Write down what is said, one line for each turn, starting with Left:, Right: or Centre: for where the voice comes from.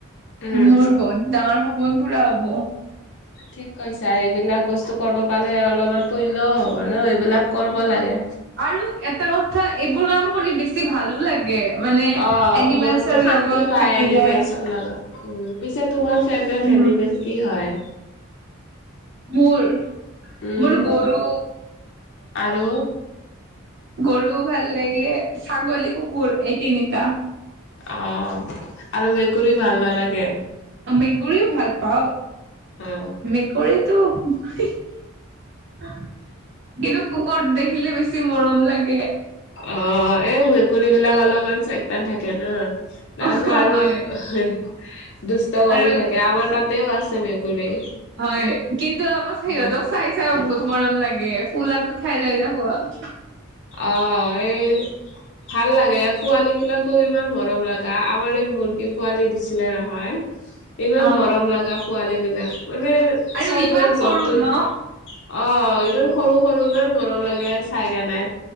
Left: উম।
Right: মোৰ বহুত ডাঙৰ সপোন পুৰা হ'ব।
Left: ঠিক কৈছা এইবিলাক বস্তু কৰিব পালে অলপমান পুণ্যও হ'ব ন সেইবিলাক কৰিব লাগে।
Right: আৰু এটা কথা এইবোৰ কাম কৰি বেছি ভালো লাগে। মানে
Left: অঁ
Right: এনিমেলছৰ
Left: মনতো শান্তি
Right: লগত
Left: পায়
Right: থাকিলে
Left: এনিমেলচৰ লগত। উম পিছে তোমাৰ ফেভৰেট
Right: উম
Left: এনিমেল কি হয়?
Right: মোৰ,
Left: উম
Right: মোৰ গৰু।
Left: আৰু
Right: গৰু ভাল লাগে ছাগলী, কুকুৰ এই তিনিটা।
Left: অঁ, আৰু মেকুৰী ভাল নালাগে?
Right: মেকুৰীও ভাল পাওঁ
Left: অ
Right: মেকুৰীটো কিন্তু কুকুৰ দেখিলে বেছি মৰম লাগে।
Left: অঁ এই মেকুৰী বিলাক অলপমান চয়তান থাকে ন। তাৰপাছত
Right: অ
Left: আৰু
Right: হয়
Left: দুষ্ট কৰি
Right: আৰু
Left: থাকে, আমাৰ তাতেও আছে মেকুৰী।
Right: হয়, কিন্তু আকৌ সিহঁতক
Left: উম
Right: চাই চাইও বহুত মৰম লা গে কোলাত উঠাই লৈ থাকো ঘৰত।
Left: অঁ এই ভাল লাগে পোৱালী বিলাকো ইমান মৰম লগা আমাৰ এই মুৰ্গী পোৱালি দিছিলে নহয়। ইমান
Right: অ
Left: মৰম লগা পোৱালী বিলাক মানে
Right: আৰু
Left: চব
Right: ইমান
Left: বিলাক
Right: সৰু
Left: জন্তুৰ
Right: ন
Left: অঁ, ইমান সৰু সৰু ইমান মৰম লাগে চাই কেনে।